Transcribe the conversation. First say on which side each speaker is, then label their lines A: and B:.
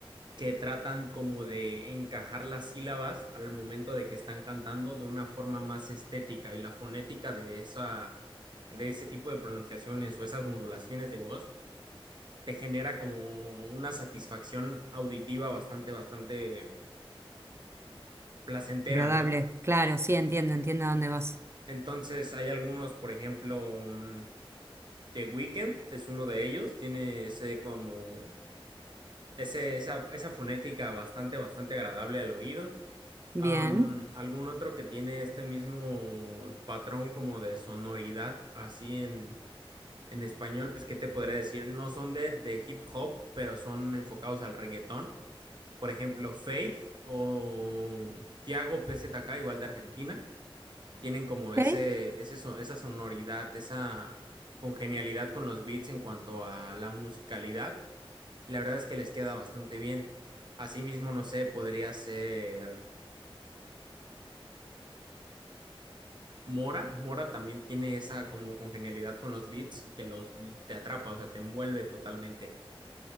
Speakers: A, on the right; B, on the right.
A: que tratan como de encajar las sílabas al momento de que están cantando de una forma más estética y la fonética de esa de ese tipo de pronunciaciones o esas modulaciones de voz te genera como una satisfacción auditiva bastante bastante placentera,
B: agradable,
A: ¿no?
B: claro, sí, entiendo, entiendo a dónde vas.
A: Entonces hay algunos, por ejemplo, mm, The Weeknd es uno de ellos, tiene ese como ese, esa, esa fonética bastante bastante agradable al oído.
B: Bien.
A: Am, ¿algún otro que tiene este mismo patrón como de sonoridad así en, en español? Pues, ¿qué te podría decir? No son de, de hip hop, pero son enfocados al reggaetón. Por ejemplo, Faith o Tiago PZK, igual de Argentina, tienen como ese,
B: Ok.
A: ese, so- esa sonoridad, esa congenialidad con los beats en cuanto a la musicalidad. Y la verdad es que les queda bastante bien. Asimismo, no sé, podría ser... Mora, Mora también tiene esa como congenialidad con los beats que los te atrapa, o sea, te envuelve totalmente.